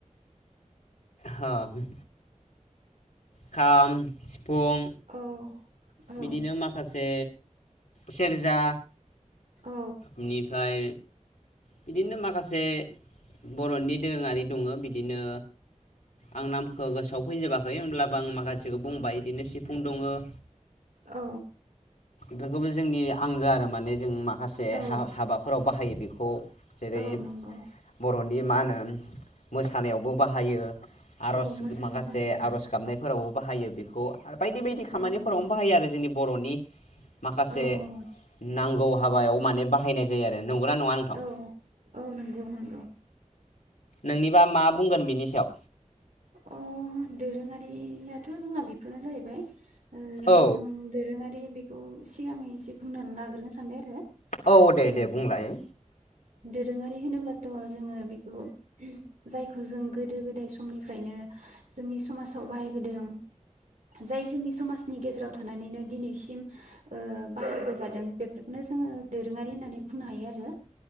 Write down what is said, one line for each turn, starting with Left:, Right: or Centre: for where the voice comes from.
Left: हों खाम
Right: औ
Left: सिफुं
Right: औ
Left: बिदिनो माखासे सेरजा
Right: औ
Left: इनिफ्राय बिदिनो माखासे बर'नि दोरोङारि दङो बि दिनो आं नामखो गोसोआव फैजोबा <inaudible> खै होनब्लाबो आं माखासेखौ बुंबाय इदिनो सिफुं दङो <inaudible>
Right: औ
Left: बेफोरखौबो जोंनि आंगो आरो माने <inaudible> जों माखासे
Right: औ
Left: हा-हाबाफोराव बाहायो बेखौ जेरै
Right: औ नंगौ
Left: बर' <inaudible> नि मा होनो मोसानायावबो बाहायो। आर'ज
Right: औ मोसानायाव
Left: माखासे
Right: बाहायो
Left: आर'ज गाबनायफोराव बाहायो बेखौ <inaudible> आरो बायदि बायदि खामानिफोरावनो
Right: औ नंगौ
Left: बाहायो आरो जोंनि <inaudible> बर'नि <inaudible> माखासे
Right: औ औ
Left: नांगौ हाबायाव माने बाहायनाय जायो आरो। नंगौना नङा नोंथां
Right: औ औ नंगौ नंगौ।
Left: नोंनिबा मा बुंगोन बेनि सायाव?
Right: अ दोरोङारियाथ' जोंना बेफोरनो जाहैबाय। ओ
Left: औ
Right: आं दोरोङारि बे खौ सिगां एसे बुंनानै लाग्रोनो सानबाय आरो।
Left: औ दे
Right: ओ
Left: दे बुंलाय।
Right: दोरोङारि होनोब्लाथ' जोङो बेखौ जायखौ जों गोदो गोदाय समनि फ्रायनो जोंनि समाजाव बाहायबोदों जाय जोंनि समाजनि गेजेराव थानानैनो दिनैसिम ओ बाहायबोजादों बेफोरखौनो जोङो दोरोङारि होननानै बुंनो हायो आरो